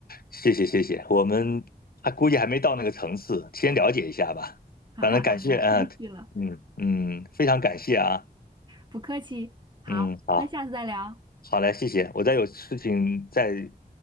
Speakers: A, on the left; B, on the right.
A: 谢谢谢谢，我们还估计还没到那个层次，先了解一下吧。
B: <laughs> 哈哈哈，
A: 反正感谢，
B: 你谦虚了，
A: 嗯嗯嗯，非常感谢啊，
B: 不客气。好，
A: 嗯，好，
B: 那下次再聊。
A: 好嘞，谢谢。我再有事情再